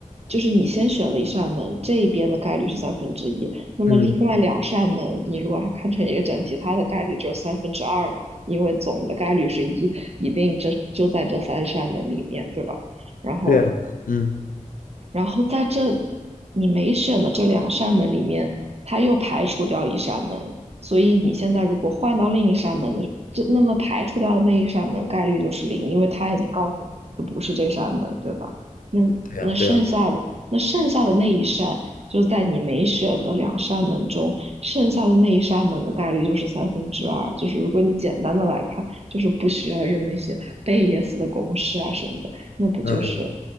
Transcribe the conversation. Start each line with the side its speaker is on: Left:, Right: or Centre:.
Right: 就是你先选了一扇门，这一边的概率是三分之一，那么另外两扇门，
Left: 嗯，
Right: 你如果还看成一个整体，它的概率只有三分之二嘛，因为总的概率是一，一定这就在这三扇门里面，对吧？然后
Left: 对啊，嗯，
Right: 然后在这你没选的这两扇门里面，它又排除掉一扇门，所以你现在如果换到另一扇门的，这那么排除掉的那一扇门概率就是零，因为它已经告诉你就不是这扇门，对吧？那那剩下的那剩下的那一扇，
Left: 对啊，对啊，
Right: 就在你没选的两扇门中，剩下的那一扇门的概率就是三分之二。就是如果你简单的来看，就是不需要用那些贝叶斯的公式啊什么的。那不就是
Left: 嗯，